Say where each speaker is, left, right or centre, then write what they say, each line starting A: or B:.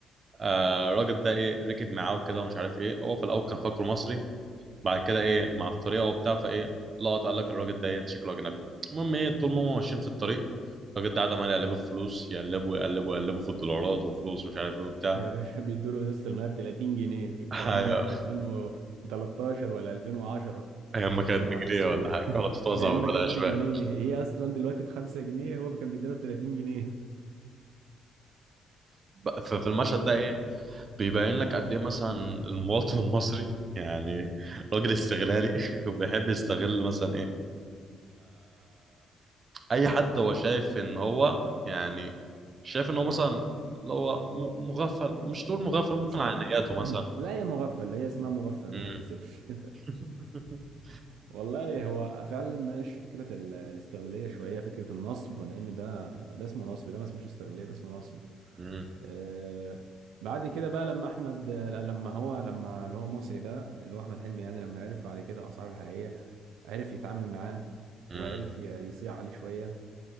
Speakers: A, on the right; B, on the right.
A: آه الراجل ده ايه ركب معاه وكده ومش عارف ايه هو في الاول كان فاكره مصري بعد كده ايه مع الطريقه وبتاع فايه لقط قال لك الراجل ده ايه ده شكله اجنبي المهم ايه طول ما هم ماشيين في الطريق الراجل ده قاعد عمال يقلبه في فلوس يقلبه يقلبه يقلبه في الدولارات وفلوس ومش عارف ايه وبتاع
B: يا باشا بيدوا له ازازه الميه ب 30 جنيه الكلام
A: ايوه
B: ده في 2013 ولا 2010
A: ايام ما كانت
B: يا نهار
A: بجنيه
B: اسود
A: ولا حاجه ولا
B: <laughs>
A: بتتوزع
B: ايام
A: ببلاش
B: ما كانت بجنيه
A: بقى
B: هي اصلا دلوقتي ب 5 جنيه هو كان بيديها ب 30 جنيه
A: ب- ففي المشهد ده ايه بيبين لك قد ايه مثلا المواطن المصري يعني راجل استغلالي <laughs> وبيحب يستغل مثلا ايه اي حد هو شايف ان هو يعني شايف ان هو مثلا اللي هو م- مغفل مش تقول مغفل ممكن
B: صح
A: على نياته مثلا
B: <clears throat> لا يا مغفل هي اسمها مغفل ما
A: مم.
B: تتكسفش <laughs>
A: <laughs>
B: والله هو فعلا ناقش فكره ال- الاستغلاليه شويه فكره النصب لان ده ده اسمه نصب ده ما اسمهش استغلاليه ده اسمه نصب
A: مم.
B: آه بعد كده بقى لما احمد لا، لما هو لما اللي هو مصري ده اللي هو احمد حلمي يعني لما عرف بعد كده اسعار الحقيقيه عرف يتعامل معاه
A: مم.
B: وعرف ي- يصيع عليه شويه